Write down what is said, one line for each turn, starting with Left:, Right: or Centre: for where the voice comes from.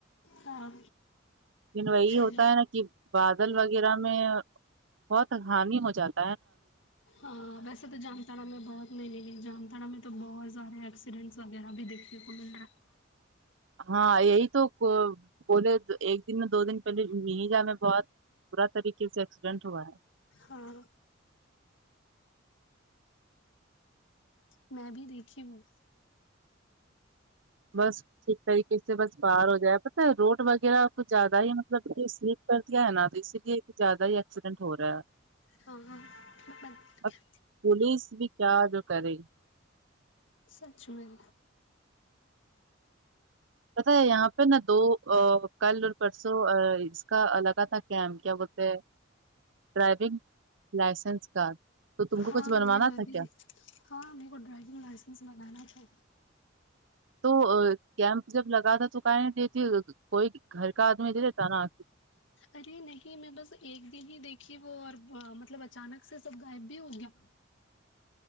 Left: ہاں
Right: لیکن وہی
Left: چلو
Right: ہوتا ہے نا کہ بادل وغیرہ میں بہت ہانی ہو جاتی
Left: ہاں ویسے تو جامتارا میں بہت نہیں نہیں نہیں جامتڑا میں تو بہت سارے ایکسیڈنٹس وغیرہ بھی دیکھنے کو مل رہا ہے
Right: ہاں یہی تو بولے ایک دن میں دو دن پہلے جا میں بہت <unintelligible> بڑا طریقے سے ایکسیڈنٹ ہوا ہے
Left: ہاں میں بھی دیکھی ہوں
Right: بس ٹھیک طریقے سے بس باہر ہو جائے پتا روڈ وغیرہ کچھ زیادہ ہی مطلب کہ سلیپ کر دیا ہے نا تو اسی لیے کچھ زیادہ ہی ایکسیڈنٹ ہو رہا ہے
Left: او <unintelligible>
Right: اب پولیس بھی کیا جو کرے گی
Left: سچ میں
Right: پتا ہے یہاں پہ نا دو کل اور پرسوں اس کا لگاتار کیام کیا بولتے ہیں ڈرائیونگ لائسنس کا تو تم کو
Left: ہاں
Right: کچھ بنوانا
Left: یہ میں
Right: تھا
Left: بھی
Right: کیا
Left: ہاں میرے کو ڈرائیونگ لائسنس بنانا تھا
Right: تو کیمپ جب لگا تھا تو کہیں نہیں دیتی کوئی گھر کا آدمی دے دیتا نا
Left: ارے نہیں میں بس ایک دن ہی دیکھی وہ اور مطلب اچانک سے سب غائب بھی ہو گیا